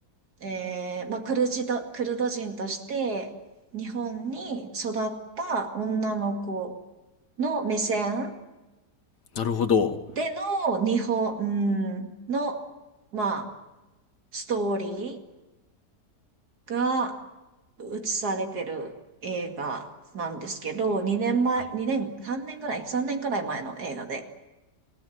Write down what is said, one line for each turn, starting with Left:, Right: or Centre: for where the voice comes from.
Right: えー、まあ、クルジド、クルド人として、日本に育った女の子の目線
Left: なるほど。
Right: での日本の、まあ、ストーリーが映されてる映画なんですけど、2年前、
Left: はい。
Right: 2年、3年ぐらい、3年ぐらい前の映画で、